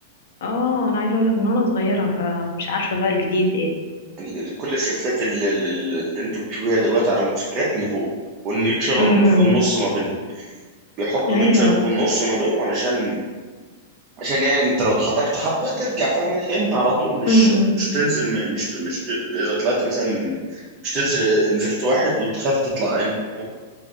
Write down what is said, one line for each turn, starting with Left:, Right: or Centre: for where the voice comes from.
Left: اه انا عايزه اقول لك من وانا صغيره فمش عارفه بقى الجديد ايه
Right: ال- ال- كل الشفتات اللي, اللي, اللي انت بتشوفيها دلوقتي على الموتوسيكلات اللي فوق والنيوترال
Left: امم
Right: في النص ما بين بيحطوا
Left: ايوه
Right: نيوترال في النص ما بينهم علشان عشان يعني انت لو اتحركت حبه ترجع فاهم ان على طول مش
Left: امم
Right: مش تنزل م- مش ت- مش ت- اذا طلعت مثلا مش تنزل نزلت واحد وتخاف تطلع ان فاهم